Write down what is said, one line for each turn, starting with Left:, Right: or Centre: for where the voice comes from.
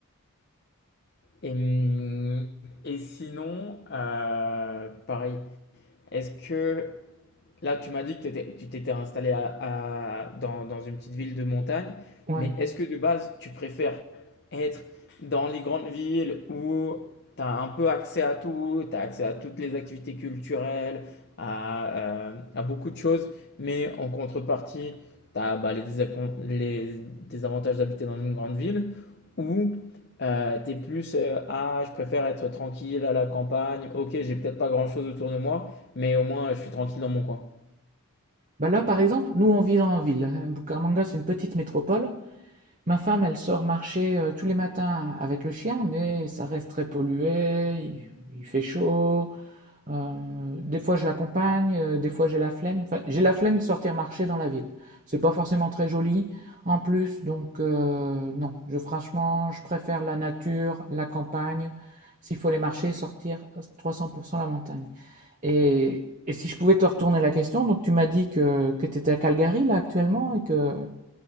Left: Et, hum, et sinon, euh, pareil, Est-ce que là, tu m'as dit que t'étais- tu t'étais installé à, à- dans, dans une petite ville de montagne,
Right: Ouais.
Left: mais est-ce que de base, tu préfères être dans les grandes villes où tu as un peu accès à tout, tu as accès à toutes les activités culturelles, à, euh, à beaucoup de choses, mais en contrepartie, tu as les, désapon- les désavantages d'habiter dans une grande ville, ou euh, tu es plus, euh, ah, je préfère être tranquille à la campagne, ok, j'ai peut-être pas grand-chose autour de moi, mais au moins, je suis tranquille dans mon coin.
Right: Bah là, par exemple, nous, on vit en ville. hein. Bucaramanga, c'est une petite métropole. Ma femme, elle sort marcher euh, tous les matins avec le chien, mais ça reste très pollué, il, il fait chaud. euh, des fois, je l'accompagne, euh, des fois, j'ai la flemme. Enfin, j'ai la flemme de sortir marcher dans la ville. C'est pas forcément très joli en plus, donc euh, non. Je, franchement, je préfère la nature, la campagne. S'il faut aller marcher, sortir euh, 300% la montagne. Et et si je pouvais te retourner la question, donc tu m'as dit que que tu étais à Calgary là actuellement et que